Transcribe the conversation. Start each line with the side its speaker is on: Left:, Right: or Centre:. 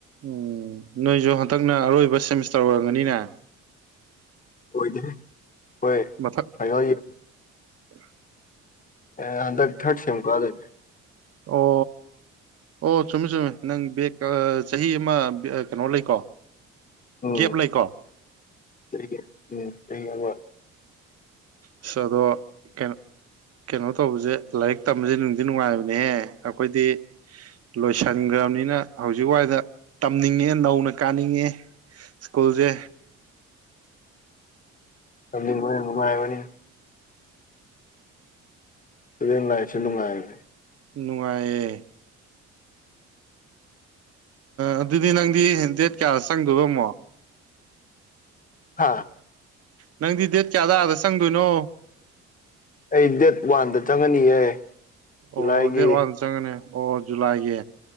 Right: ꯎꯝ ꯅꯣꯏꯖꯨ ꯍꯟꯗꯛꯅ ꯑꯔꯣꯏꯕ ꯁꯦꯃꯤꯁꯇꯔ ꯑꯣꯏꯔꯝꯒꯅꯤꯅꯦ
Left: <unintelligible>
Right: ꯃꯊꯛ <inaudible>
Left: ꯑꯥ ꯍꯟꯗꯛ ꯊꯔꯠ ꯁꯦꯝ ꯀꯥꯗꯨꯏꯅꯦ
Right: ꯑꯣ ꯑꯣ ꯆꯨꯝꯃꯤ ꯆꯨꯝꯃꯤ ꯅꯪ ꯕꯦꯒ ꯆꯍꯤ ꯑꯃ ꯀꯩꯅꯣ ꯂꯩꯀꯣ
Left: ꯎꯝ
Right: ꯒꯦꯞ ꯂꯩꯀꯣ
Left: <unintelligible>
Right: ꯏꯁ ꯑꯥꯗꯣ ꯀꯩ ꯀꯩꯅꯣ ꯇꯧꯕꯁꯦ ꯂꯥꯏꯔꯤꯛ ꯇꯝꯕꯁꯦ ꯅꯨꯡꯗꯤ ꯅꯨꯡꯉꯥꯏꯕꯅꯦꯍꯦ ꯑꯩꯈꯣꯏꯗꯤ ꯂꯣꯏꯁꯟꯒ꯭ꯔꯕꯅꯤꯅ ꯍꯧꯖꯤꯛ ꯋꯥꯏꯗ ꯇꯝꯅꯤꯡꯉꯦ ꯅꯧꯅ ꯀꯥꯅꯤꯡꯉꯦ ꯁ꯭ꯀꯨꯜꯁꯦ
Left: ꯇꯝꯅꯤꯡꯕꯅꯦ ꯅꯨꯡꯉꯥꯏꯕꯅꯦ ꯁ꯭ꯇꯨꯗꯦꯟ ꯂꯥꯏꯐ ꯁꯦꯅꯨꯡꯉꯥꯏꯌꯦ
Right: ꯅꯨꯡꯉꯥꯏꯌꯦ ꯑꯗꯨꯗꯤ ꯅꯪꯗꯤ ꯗꯦꯠ ꯀꯌꯥ ꯆꯪꯗꯣꯏꯕ ꯑꯃꯨꯛ
Left: ꯍꯥꯥ
Right: ꯅꯪꯗꯤ ꯗꯦꯠ ꯀꯌꯥ ꯑꯥꯗꯗ ꯆꯪꯗꯣꯏꯅꯣ
Left: ꯑꯩ ꯗꯦꯠ ꯋꯥꯟꯗ ꯆꯪꯉꯅꯤꯌꯦ ꯖꯨꯂꯥꯏꯒꯤ
Right: ꯑꯣ ꯗꯦꯠ ꯋꯥꯟ ꯆꯪꯉꯅꯤ ꯑꯣ ꯖꯨꯂꯥꯏꯒꯤ